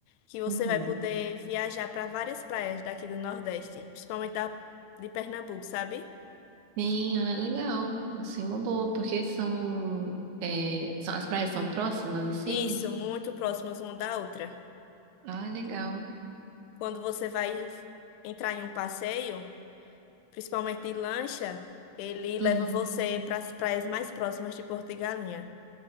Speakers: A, on the left; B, on the right.
A: que você
B: Uhum.
A: vai poder viajar para várias praias daqui do Nordeste, principalmente da, de Pernambuco, sabe?
B: Sim, ah, legal. Assim, uma boa, porque são, é, são as praias são próximas, assim.
A: Isso, muito próximas uma da outra.
B: Ah, legal.
A: Quando você vai entrar em um passeio, principalmente de lancha, ele leva
B: Uhum.
A: você para as praias mais próximas de Porto e Galinha.